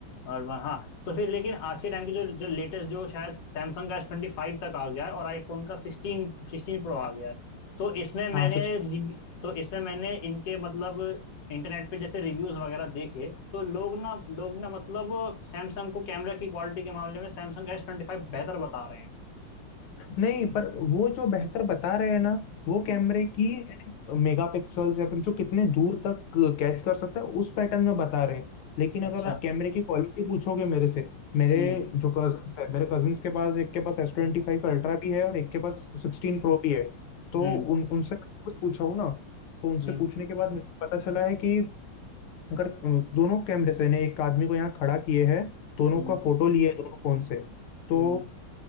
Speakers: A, on the left; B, on the left.
A: और वहाँ हाँ, तो फिर लेकिन आज के टाइम की जो जो लेटेस्ट जो शायद सैमसंग का एस ट्वेंटी फाइव तक आ गया है और आईफोन का सिक्सटीन सिक्सटीन प्रो आ गया है तो इसमें मैंने
B: हाँ सिक्स
A: रिव- तो इसमें मैंने इनके मतलब इंटरनेट पे जैसे रिव्यूज वगैरह देखे तो लोग ना लोग ना मतलब सैमसंग को कैमरा की क्वालिटी के मामले में सैमसंग का एस ट्वेंटी फाइव बेहतर बता रहे हैं
B: नहीं पर वो जो बेहतर बता रहे हैं ना वो
A: हम्म
B: कैमरे की मेगापिक्सल्स या फिर जो कितने दूर तक कैच कर सकता है उस पैटर्न में बता रहे हैं लेकिन
A: अच्छा
B: अगर आप कैमरे की क्वालिटी पूछोगे मेरे से मेरे
A: हम्म
B: जो कजिन्स है मेरे कजिन्स के पास एक के पास एस ट्वेंटी
A: हम्म
B: फाइव अल्ट्रा भी है और एक के पास सिक्सटीन प्रो भी है तो
A: हम्म
B: उन उनसे कुछ पूछा हूं ना तो उनसे
A: हम्म
B: पूछने के बाद मुझे पता चला है कि अगर दोनों कैमरे से ने एक आदमी को यहाँ खड़ा किए है दोनों
A: हम्म
B: का फोटो लिया है दोनों फोन से तो
A: हम्म